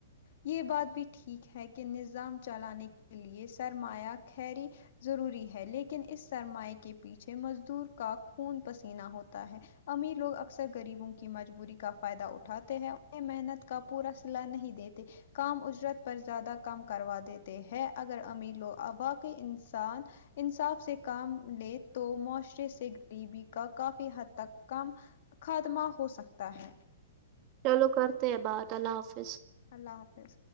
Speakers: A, on the left; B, on the right.
A: یہ بات بھی ٹھیک ہے کہ نظام چلانے کے لیے سرمایہ خیری ضروری ہے لیکن اس سرمائے کے پیچھے مزدور کا خون پسینہ ہوتا ہے امیر لوگ اکثر غریبوں کی مجبوری کا فائدہ اٹھاتے ہیں انیں محنت کا پورا صلاح نہیں دیتے کام اجرت پر زیادہ کم کروا دیتے ہیں اگر امیروں ا باقی انسان انصاف سے کام لے تو معاشرے سے غریبی کا کافی حد تک کام خاتمہ ہو سکتا ہے
B: چلو کرتے ہیں بات اللہ حافظ
A: اللہ حافظ